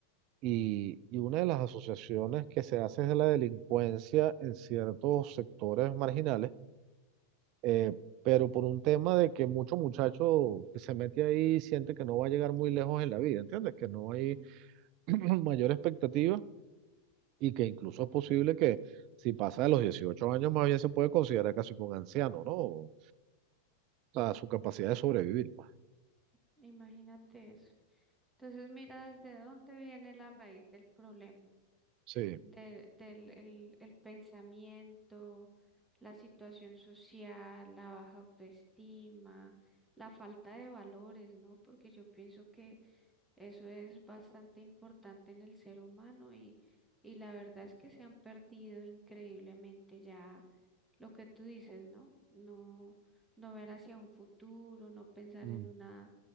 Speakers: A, on the right; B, in the centre.
A: y, y una de las asociaciones que se hace es de la delincuencia en ciertos sectores marginales, eh, pero por un tema de que mucho muchacho que se mete ahí siente que no va a llegar muy lejos en la vida, ¿entiendes? Que no hay
B: mm,
A: <clears throat> mayor expectativa y que incluso es posible que si pasa de los 18 años más bien se puede considerar casi como un anciano, ¿no? O sea, su capacidad de sobrevivir, pues.
B: imagínate eso. Entonces mira desde dónde viene la raíz del problema.
A: Sí,
B: de- del el, el pensamiento, la situación social, la baja autoestima, la falta de valores, ¿no? Porque yo pienso que eso es bastante importante en el ser humano y, y la verdad es que se han perdido increíblemente ya lo que tú dices, ¿no? No, no ver hacia un futuro, no pensar
A: mm,
B: en una,